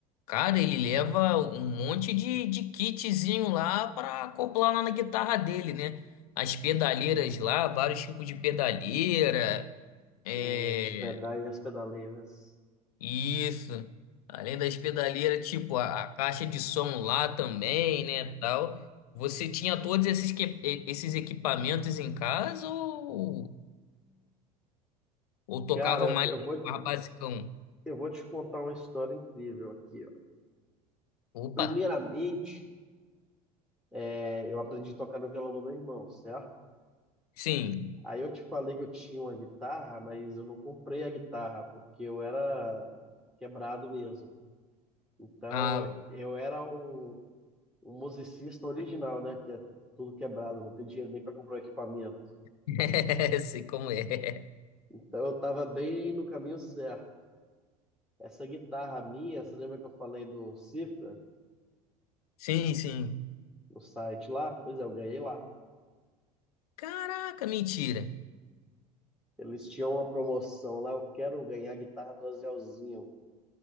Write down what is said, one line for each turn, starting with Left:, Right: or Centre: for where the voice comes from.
Left: cara, ele leva um monte de, de kitzinho lá pra acoplar lá na guitarra dele, né? As pedaleiras lá, vários tipos de pedaleira, é,
Centre: Tem os pedais e as pedaleiras.
Left: isso. Além das pedaleiras, tipo, a, a caixa de som lá também, né, tal. Você tinha todos esses, que- esses equipamentos em casa ou... Ou tocava
Centre: Cara,
Left: mais,
Centre: eu eu vou,
Left: mais basicão?
Centre: eu vou te contar uma história incrível aqui, ó.
Left: Opa,
Centre: Primeiramente, é, eu aprendi a tocar no violão do meu irmão, certo?
Left: sim.
Centre: Aí eu te falei que eu tinha uma guitarra, mas eu não comprei a guitarra porque eu era quebrado mesmo. Então
Left: Ah,
Centre: eu eu era um, um musicista original, né? Que é tudo quebrado, não tem dinheiro nem para comprar o equipamento.
Left: <laughs> sei como é.
Centre: Então eu estava bem no caminho certo. Essa guitarra minha, você lembra que eu falei do Cifra,
Left: Sim, sim.
Centre: no site lá? Pois é, eu ganhei lá.
Left: Caraca, mentira.
Centre: Eles tinham uma promoção lá, eu quero ganhar a guitarra do Azelzinho.